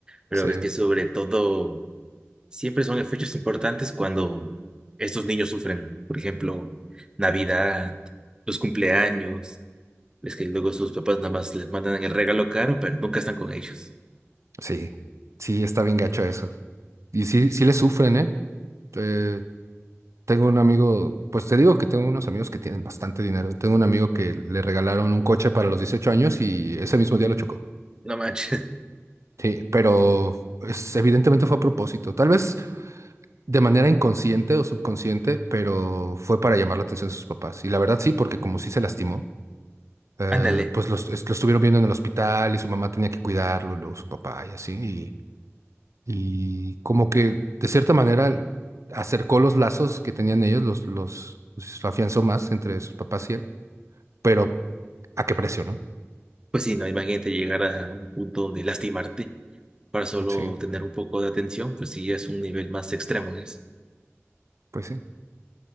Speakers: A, on the right; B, on the right.
A: Pero
B: Sí,
A: ves que sobre todo... Siempre son en fechas importantes cuando estos niños sufren. Por ejemplo, Navidad, los cumpleaños. Es que luego sus papás nada más les mandan el regalo caro, pero nunca están con ellos.
B: sí, sí, está bien gacho eso. Y sí, sí les sufren, ¿eh? Eh, Tengo un amigo, pues te digo que tengo unos amigos que tienen bastante dinero. Tengo un amigo que le regalaron un coche para los 18 años y ese mismo día lo chocó.
A: No manches.
B: Sí, pero es- evidentemente fue a propósito. Tal vez de manera inconsciente o subconsciente, pero fue para llamar la atención de sus papás. Y la verdad sí, porque como sí se lastimó,
A: <laughs>
B: eh,
A: Ándale.
B: pues los- es- lo estuvieron viendo en el hospital y su mamá tenía que cuidarlo, luego su papá y así. Y, y como que de cierta manera acercó los lazos que tenían ellos, los, los, los afianzó más entre sus papás y él. Pero ¿a qué precio, no?
A: Pues sí, no, imagínate llegar a un punto donde lastimarte para solo
B: Sí,
A: tener un poco de atención, pues sí, ya es un nivel más extremo eso
B: pues sí.